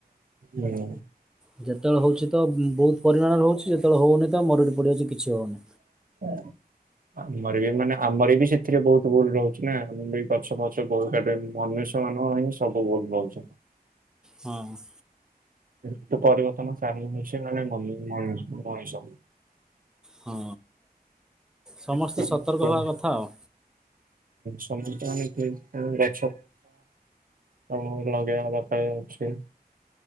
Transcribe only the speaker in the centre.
ଯେତେବେଳେ ହଉଛି ତ ବହୁତ ପରିମାଣରେ ହଉଛି, ଯେତେବେଳେ ହଉନି ତ ମରୁଡି ପଡିଯାଉଛି କିଛି ହଉନି।
ହଁ ହଁ।
ହଁ। ସମସ୍ତେ
ସତର୍କ ହବା କଥା ଆଉ